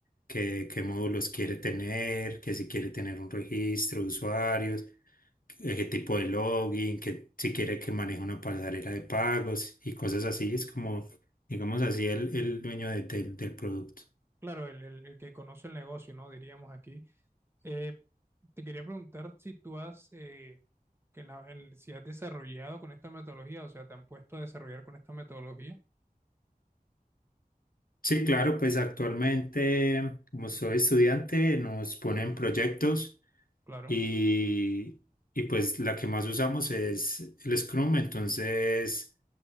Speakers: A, on the left; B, on the right.
A: qué, qué módulos quiere tener, que si quiere tener un registro de usuarios eh, qué tipo de login, que si quiere que maneje una pasarela de pagos y cosas así. Es como, digamos así, el, el dueño de- del del producto.
B: Claro, el, el- el que conoce el negocio, ¿no? Diríamos aquí. Eh, te quería preguntar si tú has, eh, que en la- en- si has desarrollado con esta metodología, o sea, te han puesto a desarrollar con esta metodología,
A: Sí, claro, pues actualmente, como soy estudiante, nos ponen proyectos
B: claro.
A: y, y pues la que más usamos es el Scrum. Entonces,